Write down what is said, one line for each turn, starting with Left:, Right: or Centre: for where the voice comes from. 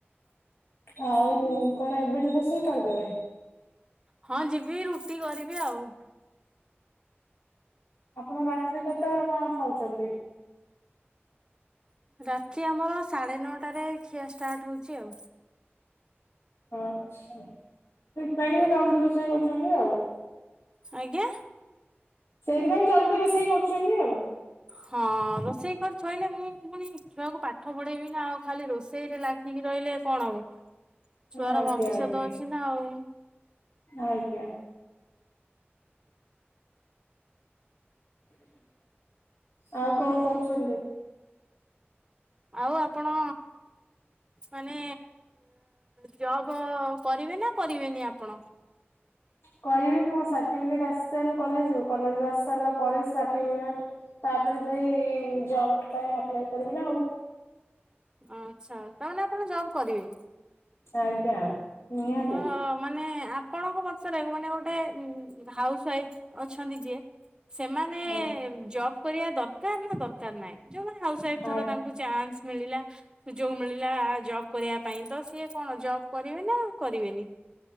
Left: ଆଉ କଣ ଏବେଠୁ ରୋଷେଇ କରିଦେବେ?
Right: ହଁ ଯିବି ରୁଟି କରିବି ଆଉ
Left: ଆପଣ ରାତିରେ କେତେବେଳେ କଣ ଖାଉଛନ୍ତି?
Right: ରାତି ଆମର ସାଢେ ନଅଟାରେ ଖିଆ ଷ୍ଟାର୍ଟ ହଉଛି ଆଉ
Left: ଆଚ୍ଛା ସେଥିପାଇଁ ଟିକ ଜଲଦି ରୋଷେଇ କରୁଛନ୍ତି ଆଉ
Right: ଆଜ୍ଞା।
Left: ସେଇଥିପାଇଁ ଜଲଦି ରୋଷେଇ କରୁଛନ୍ତି ଆଉ
Right: ହଁ ରୋଷେଇ କରି ଥୋଇଲେ ମୁଁ ପୁଣି ଛୁଆକୁ ପାଠ ପଢେଇବି ନା ଆଉ ଖାଲି ରୋଷେଇରେ ଲାଗ ରହିଲେ କଣ ହବ। ଛୁଆର
Left: ଆଜ୍ଞା
Right: ଭବିଷ୍ୟତ
Left: ଆଜ୍ଞା।
Right: ଅଛି ନା ଆଉ।
Left: ଆଜ୍ଞା ଆଉ କଣ କହୁଛନ୍ତି?
Right: ଆଉ ଆପଣ ମାନେ ଜବ କରିବେ ନା କରିବେନି ଆପଣ?
Left: କରିବି ମୋ ସାର୍ଟିଫିକେଟ ଆସିସରୁ କଲେଜରୁ କଲେଜରୁ ଆସି ସାରିଲା ପରେ ସାର୍ଟିଫିକେ ତାପରେ ଯାଇ ଜବ ପାଇଁ ଆପ୍ଲାଇ କରିବି ନା ଆଉ
Right: ଆଚ୍ଛା ତାହେଲେ ଆପଣ ଜବ୍ କରିବେ?
Left: ଆଜ୍ଞା। ନିହାତି।
Right: ଓ ମାନେ ଆପଣଙ୍କ ମତରେ ରେ ମାନେ ଗୋଟେ ହାଉସ ୱାଇଫ ଅଛନ୍ତି ଯିଏ ସେମାନେ
Left: ଆ
Right: ଜବ କରିବା ଦରକାର ନା ଦରକାର ନାହିଁ? ଯୋଉଁ ମାନେ ହାଉସୱାଇଫ ଧର
Left: ଆ
Right: ତାଙ୍କୁ ଚାନ୍ସ ମିଳିଲା ସୁଯୋଗ ମିଳିଲା ଜବ କରିବା ପାଇଁ ତ ସିଏ କଣ ଜବ୍ କରିବେ ନା କରିବେନି?